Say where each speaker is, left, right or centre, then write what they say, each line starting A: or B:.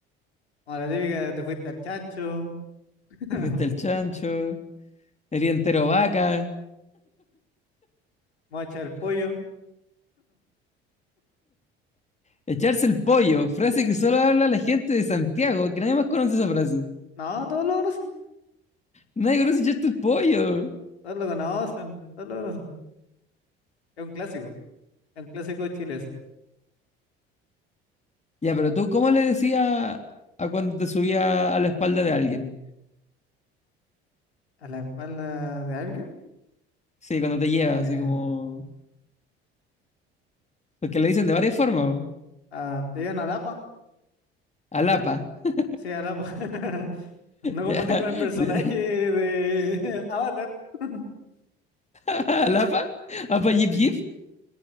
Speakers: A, on the left; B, on the left.
A: Como la típica de te fuiste al chancho, <laughs>
B: Te fuiste el chancho, eres entero vaca.
A: mocha el pollo.
B: Echarse el pollo, frase que solo habla la gente de Santiago, que nadie más conoce esa frase.
A: No, todos lo conocen,
B: Nadie conoce echarse el pollo.
A: todos lo conocen, todos lo conocen. Es un clásico, es un clásico chileno.
B: Ya, pero tú, ¿cómo le decías a cuando te subía a la espalda de alguien?
A: A la espalda de alguien,
B: Sí, cuando te lleva,
A: eh,
B: así como. Porque le dicen de varias formas, po.
A: ah, te llevan a Lapa,
B: Alapa. <laughs>
A: sí, a Lapa. <laughs> No confundir
B: Ya,
A: con el personaje
B: de-
A: de <laughs> Avatar. <laughs>
B: <laughs> Alapa, apa yip
A: Sí.
B: yip.